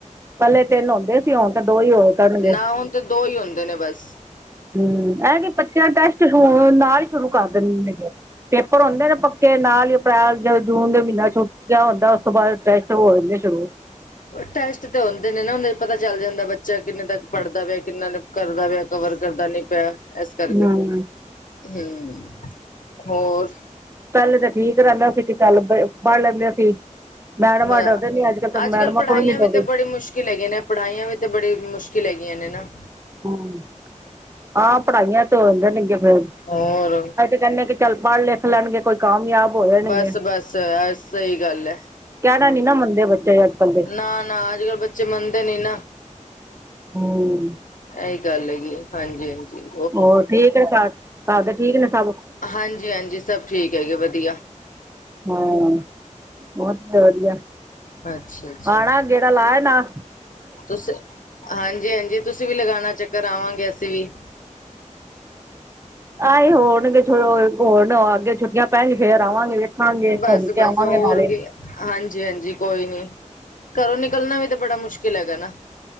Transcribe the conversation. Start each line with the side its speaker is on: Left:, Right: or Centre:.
Right: ਪੈਲੇ ਤਿੰਨ ਹੁੰਦੇ ਸੀ ਹੁਣ ਤੇ ਦੋ ਈ ਹੋਏ ਕਰਨਗੇ
Left: ਨਾ ਹੁਣ ਤਾਂ ਦੋ ਈ ਹੁੰਦੇ ਨੇ ਬਸ
Right: ਹੂੰ, ਐਤਕਿ ਬੱਚਿਆਂ ਟੈਸਟ ਹੁਣ ਨਾਲ ਈ ਸ਼ੁਰੂ ਕਰ ਦੇਨਗੇ। ਪੇਪਰ ਹੋਂਦੇ ਨੇ ਪੱਕੇ ਨਾਲ ਈ ਅਪ੍ਰੈਲ ਜਦੋਂ ਜੂਨ ਦੇ ਮਹੀਨਾ ਛੁੱਟੀਆਂ ਦਾ ਹੁੰਦਾ ਉਸ ਤੋਂ ਬਾਦ ਟੈਸਟ ਹੋਣਗੇ ਸ਼ੁਰੂ
Left: ਟੈਸਟ ਤੇ ਹੁੰਦੇ ਨੇ ਨਾ ਉਹਦੇ ਪਤਾ ਚੱਲ ਜਾਂਦਾ ਬੱਚਾ ਕਿੰਨੇ ਤੱਕ ਪੜਦਾ ਪਿਆ ਕਿੰਨਾ ਨੇ ਕਰਦਾ ਪਿਆ ਕਵਰ ਕਰਦਾ ਨੀ ਪਿਆ ਇਸ ਕਰਕੇ
Right: ਹਮ
Left: ਹੂੰ, ਹੋਰ
Right: ਪੈਲੇ ਤੇ ਠੀਕ ਰੈਂਦਾ ਸੀ ਕਿ ਚੱਲ ਬਈ ਪੜ ਲੈਂਦੇ ਸੀ। ਮੈਡਮਾਂ
Left: ਬ
Right: ਡਰਦੇ ਨੀ ਤਾਂ ਮੈਡਮਾਂ
Left: ਅੱਜ ਕੱਲ ਪੜ੍ਹਾਈਆਂ
Right: ਕੋਲ ਨੀ ਡਰਦੇ
Left: ਵੀ ਤੇ ਬੜੀ ਮੁਸ਼ਕਿਲ ਹੈਗੀ ਨੇ ਪੜ੍ਹਾਈਆਂ ਵੀ ਤਾਂ ਬੜੀ ਮੁਸ਼ਕਿਲ ਹੈਗੀਆਂ ਨੇ ਨਾ
Right: ਹੂੰ, ਆਹ ਪੜ੍ਹਾਈਆਂ ਤੇ ਹੋ ਜਾਂਨਗੀਆਂ ਫੇਰ
Left: ਔਰ
Right: ਕਹਿਣੇ ਕੀ ਚੱਲ ਪੜ ਲਿਖ ਲੈਣਗੇ ਕੋਈ ਕਾਮਯਾਬ ਹੋ ਜਾਣਗੇ
Left: ਬਸ, ਬਸ ਅ ਸਈ ਗੱਲ ਐ।
Right: ਕਹਿਣਾ ਨੀ ਨਾ ਮੰਨਦੇ ਬੱਚੇ ਅੱਜ ਕੱਲ ਦੇ
Left: ਨਾ, ਨਾ ਅੱਜ ਕੱਲ ਬੱਚੇ ਮੰਨਦੇ ਨੀ ਨਾ
Right: ਹੂੰ।
Left: ਇਹੀ ਗੱਲ ਹੈਗੀ ਹਾਂਜੀ, ਹਾਂਜੀ।
Right: ਹੋਰ ਠੀਕ ਨੇ ਘਰ ਘਰਦੇ ਠੀਕ ਨੇ ਸਬ
Left: ਹਾਂਜੀ-ਹਾਂਜੀ ਸਭ ਠੀਕ ਹੈਗੇ ਵਦੀਆ।
Right: ਹਾਂ, ਵਦੀਆ-ਵਦੀਆ,
Left: ਅੱਛਾ-ਅੱਛਾ
Right: ਆਣਾ ਗੇੜਾ ਲਾ ਏਨਾ
Left: ਤੁਸੀ ਹਾਂਜੀ-ਹਾਂਜੀ, ਤੁਸੀਂ ਵੀ ਲਗਾਣਾ ਚੱਕਰ ਆਵਾਂਗੇ ਅਸੀਂ ਵੀ
Right: ਆਏ ਹੋਣਗੇ <unintelligible> ਹੋਣ ਅੱਗੇ ਛੁੱਟੀਆਂ ਪੈਣਗੀ ਫੇਰ ਆਵਾਂਗੇ ਵੇ ਖਾਂਗੇ,
Left: ਬਸ-ਬਸ
Right: ਘੁੰਮ ਕੇ ਆਵਾਂਗੇ
Left: ਹੋਰ
Right: ਨਾਲੇ।
Left: ਕੀ ਹਾਂਜੀ-ਹਾਂਜੀ, ਕੋਈ ਨੀ, ਘਰੋਂ ਨਿਕਲਣਾ ਵੀ ਤਾਂ ਬੜਾ ਮੁਸ਼ਕਿਲ ਹੈਗਾ ਨਾ